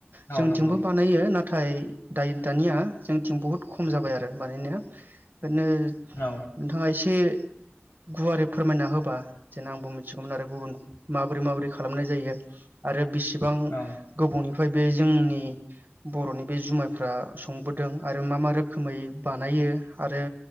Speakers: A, on the right; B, on the left.
A: जोंथिंबो
B: औ नंगौ
A: बानायो नाथाय नाथाय दायो दानिया जोंथिं बहुत खम जाबाय आरो मानिनाया ओरनो
B: औ
A: नोंथाङा एसे गुवारै फोरमायना होबा जेन आंबो मिथिगौमोन आरो गुबुन माबोरै माबोरै खालामनाय जायो आरो बिसिबां
B: औ
A: गोबावनिफ्राय बे जोंनि बर'नि बे जुमाइफ्रा संबोदों आरो मा मा रोखोमै बानायो आरो